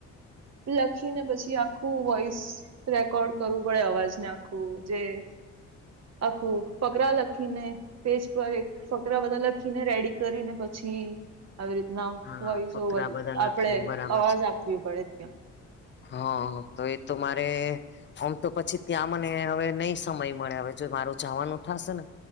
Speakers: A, on the right; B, on the left.
A: લખી ને પછી આખું વોઈસ રેકોર્ડ કરવું પડે અવાજ નાખવું જે આખું ફકરા લખીને પેજ પર એક ફકરા બધા લખીને રેડી કરીને પછી આવી રીતના
B: હા
A: વોઈસ
B: ફકરા
A: ઓવર
B: બધા લખીને
A: આપણેે
B: બરાબર
A: અવાજ
B: છે
A: આપ પડે ત્યા
B: હા તો એ તો મારે આમ તો પછી ત્યાં મને હવે નહી સમય મળે હવે જો મારું જવાનું થશે ને